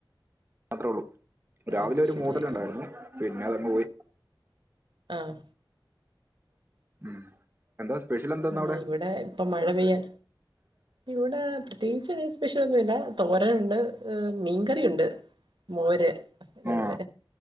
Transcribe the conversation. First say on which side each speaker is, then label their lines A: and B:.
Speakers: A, on the right; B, on the right.
A: മാത്രേ ഉള്ളൂ രാവിലെ
B: അത്
A: ഒരു
B: ശരി
A: മോഡല ഉണ്ടായിരുന്നു
B: ആഹ്
A: പിന്നെ അതങ്ങ് പോയി
B: ആഹ
A: ഉം എന്താ സ്പെഷ്യൽ എന്താന്ന്
B: ആഹ്
A: അവിടെ
B: ഇവിടെ ഇപ്പം മഴ പെയ്യാൻ ഇവിടെ പ്രത്യേ <unintelligible> സ്പെഷ്യൽ ഒന്നുല്ല. തോരന് ഉണ്ട് ഏഹ് മീൻകറിയുണ്ട്. മോര് അങ്ങനെ.
A: ആ